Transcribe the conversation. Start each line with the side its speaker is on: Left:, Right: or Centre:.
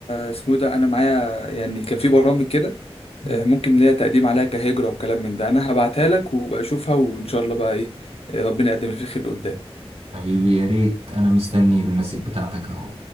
Left: اسمه إيه ده أنا معايا يعني كان في برامج كده
Right: مم.
Left: آه، ممكن ليا تقديم عليها كهجرة وكلام من ده أنا هبعتها لك وبقى أشوفها وإن شاء الله بقى إيه آه، ربنا يقدم اللي فيه خير قدام
Right: حبيبي يا ريت أنا مستني المسج بتاعتك أهو